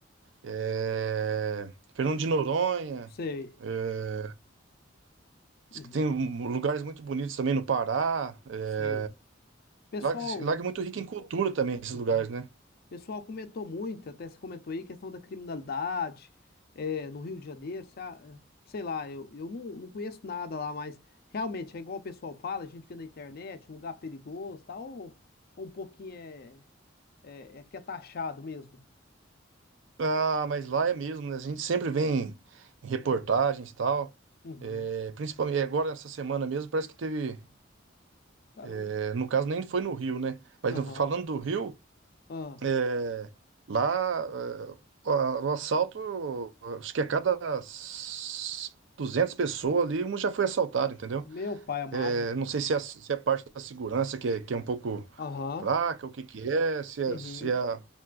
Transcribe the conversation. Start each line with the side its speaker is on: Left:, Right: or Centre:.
Right: É, Fernando de Noronha
Left: Sei,
Right: é, Diz
Left: uhum.
Right: que tem um- um, lugares muito bonitos também no Pará. é,
Left: Sei. Pessoal,
Right: lá, que- lá que é muito rico em cultura também, esses
Left: uhum.
Right: lugares, né?
Left: Pessoal comentou muito, até você comentou aí, questão da criminalidade é, no Rio de Janeiro, se a- eh, sei lá, eu, eu não, não conheço nada lá, mas realmente é igual o pessoal fala, a gente vê na internet, um lugar perigoso, tal, ou, ou um pouquinho é, é, é que é taxado mesmo.
Right: Ah, mas lá é mesmo, né? A gente sempre vem em, reportagens
Left: Ah,
Right: e tal.
Left: uhum.
Right: É, principalmente é, agora, essa semana mesmo, parece que teve.
Left: Caramba.
Right: é, no caso, nem foi no Rio, né? Mas
Left: Aham.
Right: no- falando do Rio,
Left: Ah,
Right: é, lá é, o o assalto, acho que a cada s- 200 pessoas ali, um já foi assaltado, entendeu?
Left: meu pai amado.
Right: É, não sei se é, a- se é a parte da segurança que é, que é um pouco
Left: Aham.
Right: fraca, o que que é, se, é,
Left: Uhum.
Right: se, é a,